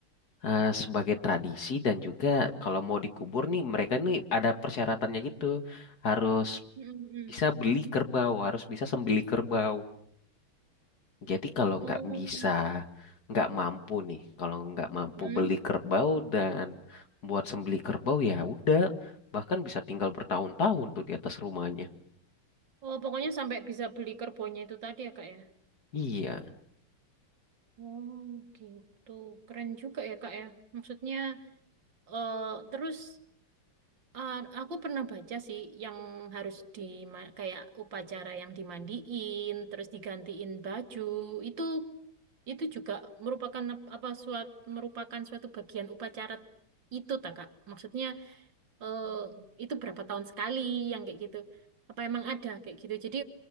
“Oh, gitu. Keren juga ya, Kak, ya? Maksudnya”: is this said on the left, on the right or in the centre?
Right